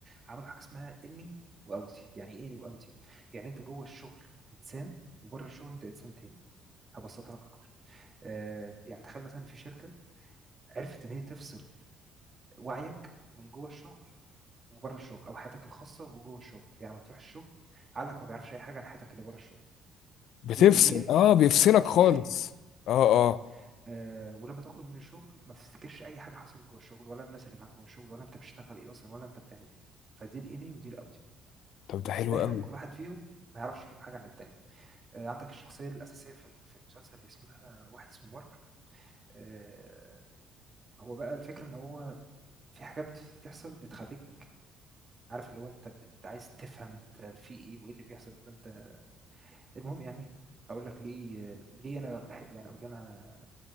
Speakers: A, on the right (about 35°); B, on the left (about 70°).
A: عملوا حاجه اسمها اني واوتي يعني ايه اني واوتي يعني انت جوه الشغل انسان وبره الشغل انت انسان تاني هبسطها لك اكتر آه يعني تخيل مثلا في شركه عرفت ان هي تفصل وعيك من جوه الشغل وبره الشغل او حياتك الخاصه وجوه الشغل يعني ما تروح الشغل عقلك ما بيعرفش اي حاجه عن حياتك اللي بره الشغل
B: بتفصل
A: دي اللي هي
B: اه بيفصلك خالص
A: الانمي
B: اه
A: اه
B: اه
A: آه، ولما تخرج من الشغل ما تفتكرش اي حاجه حصلت جوه الشغل ولا الناس اللي معاك جوه الشغل ولا انت بتشتغل ايه اصلا ولا انت بتعمل ايه فدي الاني ودي الاوتي
B: طب ده حلو
A: بالاخر
B: قوي
A: كل واحد فيهم ما يعرفش فيهم حاجه عن التاني آه، عندك الشخصيه الاساسيه في في المسلسل هي اسمها واحد اسمه مارك آه، هو بقى الفكره ان هو في حاجات بت- بتحصل بتخليك عارف اللي هو انت بت- عايز تفهم انت في ايه وايه اللي بيحصل ده انت المهم يعني هقول لك ليه ليه انا بحبه يعني او ليه انا